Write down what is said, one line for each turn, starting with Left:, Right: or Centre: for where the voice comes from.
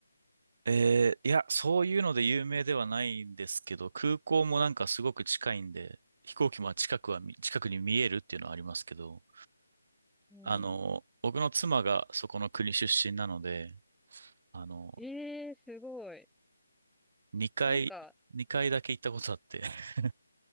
Right: えー、いや、そういうので有名ではないんですけど、空港もなんかすごく近いんで、飛行機も近くは見近くに見えるっていうのはありますけど、
Centre: うん。
Right: あの、僕の妻がそこの国出身なので、あの、
Centre: ええー、すごい。
Right: 2回、
Centre: なんか、
Right: 2回だけ行ったことあって、<laughs>